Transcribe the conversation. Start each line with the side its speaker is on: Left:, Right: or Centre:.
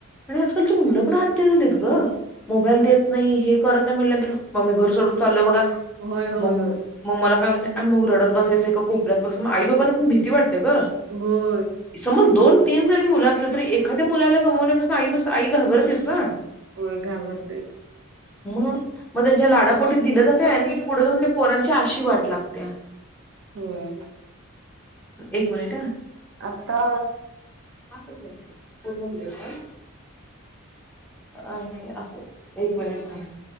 Centre: आणि आजकालची मुलं पण हट्टी झालीयेत गं. मोबाईल देत नाही, हे करत नाही म्हंटल्यानंतर मग मी घर सोडून चालो बघा.
Right: होय, होय,
Centre: म
Right: होय,
Centre: म मला काय <unintelligible> <unintelligible> आणि मग रडत बसायचं एका कोपऱ्यात बसून मग आई बाबाांना पण भीती वाटते हे बघ
Right: होय,
Centre: समज दोन तीन जरी मुलं असली तरी एखाद्या मुलाला गमवण्या आई कसं आई घाबरतेच ना
Right: होय घाबरतेचं.
Centre: म मग त्यांच्या लाडापोटी दिलं जातंय आणि पुढे जाऊन ते पोरांची आशी वाट लागत्या
Right: होय
Centre: एक मिनिट हा.
Right: आत्ता
Centre: पाचच <unintelligible> पूर्ण दिलेस काय आणि असो एक मिनिट थांब